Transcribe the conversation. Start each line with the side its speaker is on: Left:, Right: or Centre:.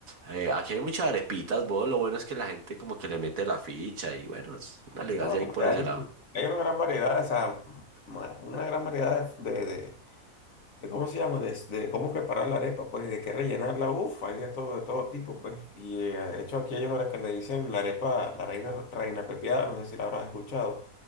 Right: eh, aquí hay muchas arepitas, vos, lo bueno es que la gente como que le mete la ficha y bueno, es una elegancia
Left: No, es
Right: ahí por
Left: que hay,
Right: ese lado.
Left: hay una gran variedad, o sea, ma- una gran variedad de, de, de cómo se llama, de, de cómo preparar la arepa, pues, y de qué rellenarla, uff, hay de todo, de todo tipo, pues. Y eh, de hecho aquí hay una que le dicen la arepa, la reina, reina pepiada, no sé si la habrás escuchado.